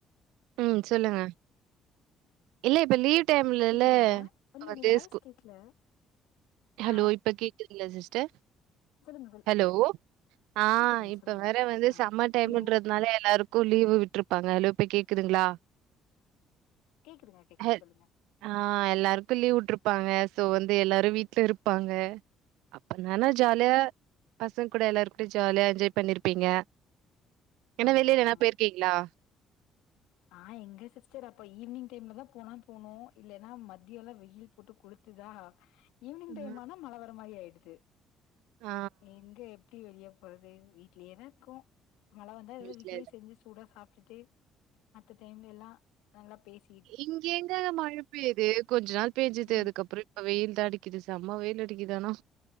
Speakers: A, on the right; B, on the left.
A: ம் சொல்லுங்க இல்ல இப்ப லீவ் டைம் இல்லேல
B: கேக்குதுங்களா இல்ல
A: <unintelligible>
B: உங்க வாய்ஸ் கேக்கல
A: ஹலோ
B: ஆ
A: இப்ப கேக்குதுங்ளா சிஸ்டர்
B: சொல்லுங்க சொல்
A: ஹலோ ஆ
B: கேக்குதுங்க
A: இப்ப
B: சொல்லுங்க
A: வேற வந்து
B: ஆ
A: சம்மர் டைம்ன்றது
B: ஹலோ
A: அதனால எல்லாருக்கு லீவு விட்ருப்பாங்க ஹலோ இப்போ கேக்குதுங்ளா
B: கேக்குதுங்க கேக்குது
A: ஹெ
B: சொல்லுங்க
A: ஆ எல்லாருக்கு லீவ் வுட்ருப்பாங்க சோ வந்து எல்லாரு வீட்ல இருப்பாங்க அப்பருந்தால
B: ம்
A: ஜாலியா பசங்க கூட எல்லாரு கூடயு ஜாலியா என்ஜாய் பண்ணிருப்பீங்க என்ன
B: ஆமா
A: வெளில எனா போயிருக்கீங்ளா
B: ஆ எங்க சிஸ்டர் அப்ப ஈவினிங் டைம்ல தா போனா போனு இல்லனா மதியொலா வெயில் போட்டு கொழுத்துதா ஈவினிங்
A: ம்.
B: டைம் ஆனா மழ வர மாரி ஆயிடுது
A: ஆ.
B: எங்க எப்டி வெளிய போறது வீட்லயேதா இருக்கோ மல வந்தா ஏதாது
A: வீட்ல
B: வீட்லயே
A: இல்ல.
B: செஞ்சு சூடா சாப்ட்டுட்டு மத்த டைம்ல லெல்லா நல்லா பேசி
A: இங்க எங்கங்க மழை பேய்து கொஞ்ச நாள் பேஞ்சுது
B: ம்
A: அதுக்கப்றோ இப்ப வெயில் தா அடிக்குது செம்ம வெயில் அடிக்குது ஆனா